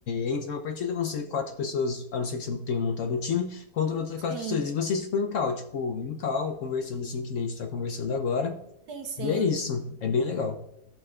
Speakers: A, on the left; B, on the right.
A: entra numa partida, vão ser quatro pessoas, a não ser que você tenha montado um time, contra outras
B: sim,
A: quatro pessoas, e vocês ficam em cal, tipo, em cal, conversando assim, que nem a gente tá conversando agora,
B: sim, sim.
A: e é isso, é bem legal.